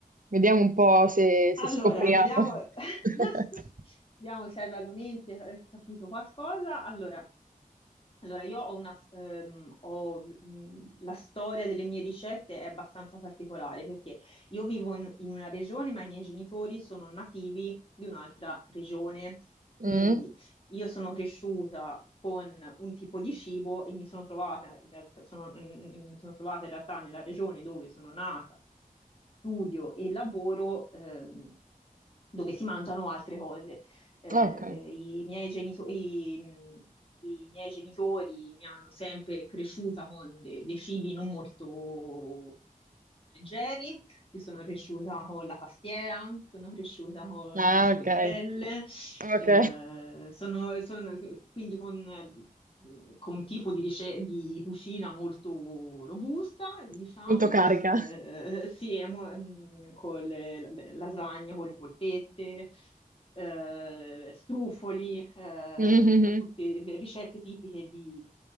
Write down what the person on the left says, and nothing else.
Allora,
vediamo, <laughs>
vediamo se hai vagamente eh, capito qualcosa. Allora, Allora, io ho una, s- ehm, ho, mh, la storia delle mie ricette è abbastanza particolare perché io vivo in, in una regione, ma i miei genitori sono nativi di un'altra regione. Quindi
io sono cresciuta con un tipo di cibo e mi sono trovata in realtà, sono- mm, mi sono trovata in realtà nella regione dove sono nata, studio e lavoro, ehm, dove si mangiano altre cose. Eh,
i miei genito- i, mh, i miei genitori mi hanno sempre cresciuta con de- dei cibi non molto leggeri. Io sono cresciuta con la pastiera, sono cresciuta con
le sfogliatelle,
eh, sono, sono- quindi con, con un tipo di, rice- di cucina molto robusta, diciamo,
eh, sì, e mo- mh, con le- la- lasagne, con le polpette eh, strufoli, eh,
sono tutte ricette tipiche di,